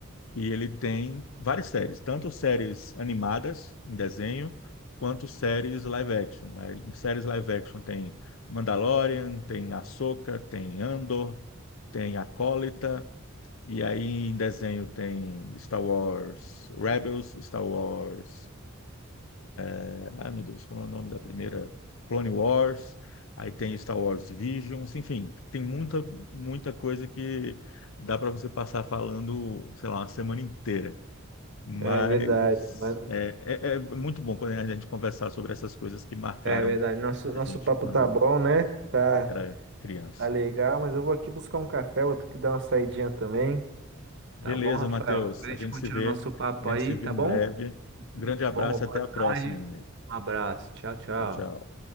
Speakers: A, on the left (about 70°); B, on the right (about 60°).
A: E ele tem várias séries, tanto séries animadas em desenho, quanto séries live action. Aí, Em séries live action tem Mandalorian, tem Ahsoka, tem Andor, tem Acólita, e aí em desenho tem Star Wars Rebels, Star Wars é, ai meu Deus, como é o nome da primeira? Clone Wars, aí tem Star Wars Visions, enfim, tem muita, muita coisa que dá para você passar falando, sei lá, uma semana inteira. Mas
B: É verdade. Mas,
A: é, é- é muito bom quando a gente conversar sobre essas coisas que marcaram
B: é verdade. Nosso,
A: a
B: nosso
A: gente
B: papo
A: quando
B: tá bom, né? Tá,
A: a gente era criança.
B: tá legal, mas eu vou aqui buscar um café, vou ter que dar uma saidinha também.
A: Beleza,
B: Tá bom, Rafael?
A: Matheus,
B: Depois
A: a
B: a gente
A: gente
B: continua
A: se vê,
B: o nosso papo
A: a gente
B: aí,
A: se vê
B: tá
A: em
B: bom?
A: breve. Um
B: Tudo
A: grande
B: de
A: abraço
B: bom, uma boa
A: e até a próxima,
B: tarde.
A: meu amigo.
B: Um abraço. Tchau, tchau.
A: Tchau, tchau.